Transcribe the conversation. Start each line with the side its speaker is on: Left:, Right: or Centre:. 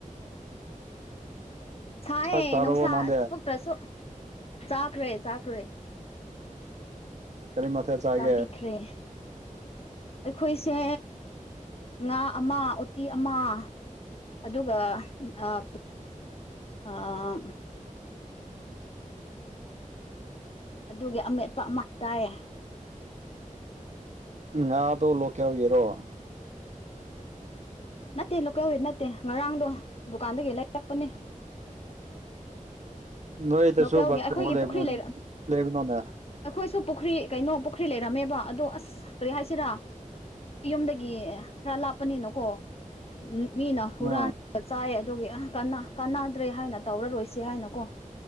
Right: <inaudible>
Left: ꯁꯥꯏ
Right: ꯆꯥꯛ ꯆꯥꯔꯕꯣ
Left: ꯅꯨꯡꯁꯥ
Right: ꯅꯪꯗꯤ
Left: ꯊꯣꯛꯇ꯭ꯔꯁꯨ ꯆꯥꯈ꯭ꯔꯦ ꯆꯥꯈ꯭ꯔꯦ
Right: ꯀꯔꯤ ꯃꯊꯦꯜ ꯆꯥꯒꯦ
Left: ꯆꯥꯕꯤꯈ꯭ꯔꯦ ꯑꯩꯈꯣꯏꯁꯦ ꯉꯥ ꯑꯃ ꯎꯇꯤ ꯑꯃ ꯑꯗꯨꯒ ꯑꯥ ꯑꯥ ꯑꯗꯨꯒꯤ ꯑꯃꯦꯠꯄ ꯑꯃ ꯆꯥꯏ
Right: ꯉꯥꯗꯣ ꯂꯣꯀꯦꯜꯒꯤꯔꯣ
Left: ꯅꯠꯇꯦ ꯂꯣꯀꯦꯜꯒꯤ ꯅꯠꯇꯦ ꯉꯔꯥꯡꯗꯣ ꯗꯨꯀꯥꯟꯗꯒꯤ ꯂꯩꯔꯛꯄꯅꯤ
Right: ꯅꯣꯏꯗꯁꯨ
Left: ꯂꯣꯀꯦꯜꯒꯤ
Right: <unintelligible>
Left: ꯑꯩꯈꯣꯏꯒꯤ ꯄꯨꯈ꯭ꯔꯤ ꯂꯩꯔ
Right: ꯂꯩꯕ꯭ꯔꯣꯅꯦ
Left: ꯑꯩꯈꯣꯏꯁꯨ ꯄꯨꯈ꯭ꯔꯤ ꯀꯩꯅꯣ ꯄꯨꯈ꯭ꯔꯤ ꯂꯩꯔꯝꯃꯦꯕ ꯑꯗꯣ ꯑꯁ ꯀꯔꯤ ꯍꯥꯏꯁꯤꯔꯥ ꯌꯨꯝꯗꯒꯤ ꯈꯔ ꯂꯥꯞꯄꯅꯤꯅꯀꯣ ꯃꯤꯅ
Right: ꯑꯥ
Left: ꯍꯨꯔꯥꯟ <unintelligible> ꯆꯥꯏ ꯑꯗꯨꯒꯤ ꯀꯥꯟꯅ ꯀꯥꯟꯅꯗ꯭ꯔꯦ ꯍꯥꯏꯅ ꯇꯧꯔꯔꯣꯏꯁꯦ ꯍꯥꯏꯅ ꯀꯣ